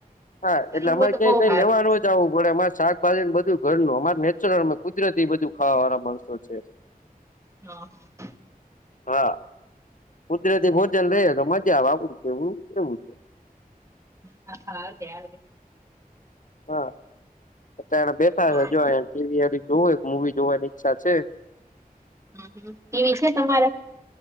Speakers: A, on the left; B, on the right.
A: હા
B: સારું.
A: એટલે અમારે
B: તો
A: કે
B: બહુ
A: કંઈ
B: સારું
A: લેવાનું જાવું પડે અમારે શાકભાજી બધું ઘર નું અમારે નેચરલ અમે કુદરતી ખાવાવાળના માણસો છે.
B: હા હા.
A: હા કુદરતી ભોજન લઈએ તો મજા આવે આવડું છે, એવું એવું છે.
B: હા આવતે આવતે.
A: હા અત્યારે બેઠા
B: ટીવી
A: હે જોવા એમ ટીવી જોવું મુવી જોવાની ઈચ્છા છે.
B: હું ટીવી છે, તમારે?